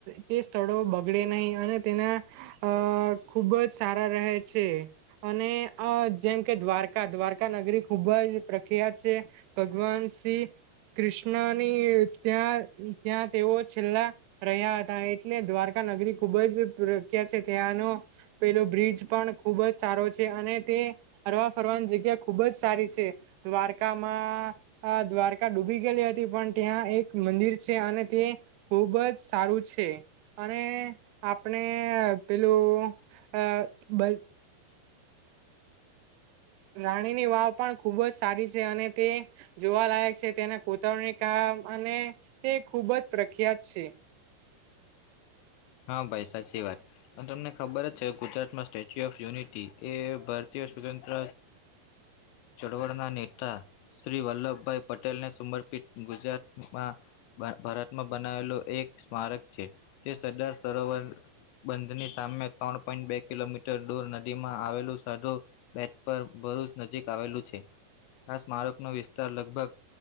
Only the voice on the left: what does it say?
<unintelligible> <inaudible>
હા ભાઈ સાચી વાત અને તમને ખબર જ છે ગુજરાતમાં સ્ટેચ્યુ ઓફ યુનિટી એ ભારતીય સ્વતંત્ર ચળવળના નેતા શ્રી વલ્લભભાઈ પટેલને સમર્પિત ગુજરાતમાં ભારતમાં બનાવેલો એક સ્મારક છે, જે સરદાર સરોવર બંધની સામે ત્રણ પોઈન્ટ બે કિલોમીટર દૂર નદીમાં આવેલું સાધુ બેટ પર ભરૂચ નજીક આવેલું છે આ સ્મારક નો વિસ્તાર લગભગ